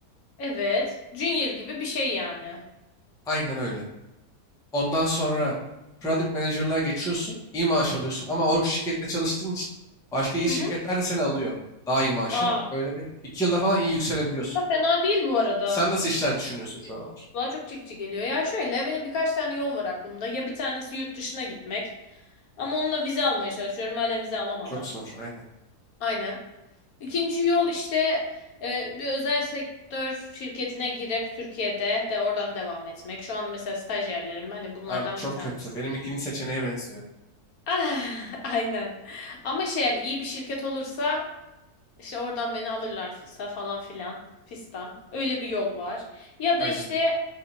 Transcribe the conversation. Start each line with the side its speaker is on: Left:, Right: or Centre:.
Left: Evet. Junior gibi bir şey yani.
Centre: Aynen öyle. Ondan sonra product manager'lığa geçiyorsun. İyi maaş alıyorsun ama o şirkette çalıştığın için başka iyi şirketler
Left: Hı hı.
Centre: de seni alıyor. Daha iyi maaşa.
Left: Aa.
Centre: Böyle bir iki yılda falan iyi yükselebiliyorsun.
Left: Da fena değil bu arada.
Centre: Sen nasıl işler düşünüyorsun şu aralar?
Left: Kulağa çok çekici geliyor. Ya şöyle benim birkaç tane yol var aklımda. Ya bir tanesi yurt dışına gitmek. Ama onunla vize almaya çalışıyorum. Hala vize alamadım.
Centre: Çok zor aynen.
Left: Aynen. İkinci yol işte e, bir özel sektör şirketine girip Türkiye'de de oradan devam etmek. Şu an mesela stajyerlerim hani bunlardan
Centre: Abi çok
Left: bir tanesi.
Centre: kötü. Benim ikinci seçeneğe benziyor.
Left: Ah, <laughs> aynen. Ama şey yani iyi bir şirket olursa İşte oradan beni alırlarsa falan filan fistan. Öyle bir yol var. Ya
Centre: Aynen.
Left: da işte